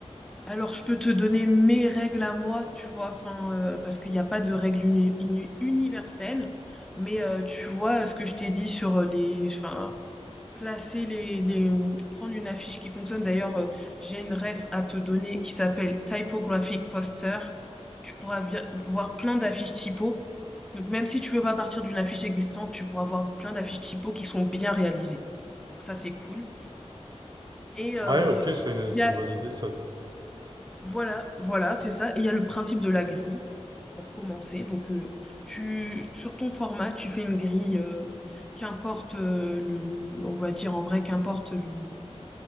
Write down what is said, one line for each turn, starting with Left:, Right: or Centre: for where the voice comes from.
Centre: Alors, je peux te donner mes règles à moi, tu vois, enfin, euh, parce qu'il n'y a pas de règles uni- uni- universelles. Mais euh, tu vois ce que je t'ai dit sur euh, les, enfin, placer les, les- prendre une affiche qui fonctionne. D'ailleurs, euh, j'ai une ref à te donner qui s'appelle Typographic Poster. Tu pourras vi- voir plein d'affiches typo. Donc, même si tu veux pas partir d'une affiche existante, tu pourras voir plein d'affiches typo qui sont bien réalisées. Donc, ça, c'est cool. Et euh,
Right: Ouais, OK, c'est une
Centre: il
Right: c'est
Centre: y a,
Right: une bonne idée ça.
Centre: voilà, voilà, c'est ça. Et il y a le principe de la grille pour commencer. Donc, euh, tu, sur ton format, tu fais une grille, euh, qu'importe euh, le, on va dire en vrai, qu'importe le,